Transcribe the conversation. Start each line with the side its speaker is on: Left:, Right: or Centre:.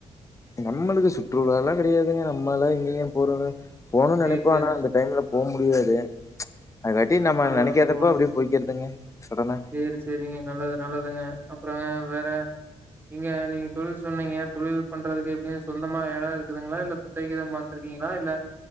Left: நம்மளுக்கு சுற்றுலலாம் கெடையாதுங்க நம்மலா திடீர்னு போரரு போவுன்னு நெனைப்போ
Right: சேரி, சேரிங்க.
Left: ஆனா அந்த டைம்ல போ முடியாது அதுக்காட்டி நம்ம
Right: பரவாயில்ல
Left: நெனைக்காதப்ப
Right: பரவாயில்லைங்க
Left: அப்டியே போய்க்கிறதுங்க சடனா.
Right: சேரி சேரிங்க நல்லது நல்லதுங்க அப்புறங்க வேற இங்க நீங்க தொழில் சொன்னீங்க தொழில் பண்றதுக்கு எப்டியும் சொந்தமா எடம் இருக்குதுங்களா இல்ல குத்தைக்குதான் பாத்துருக்கீங்களா இல்ல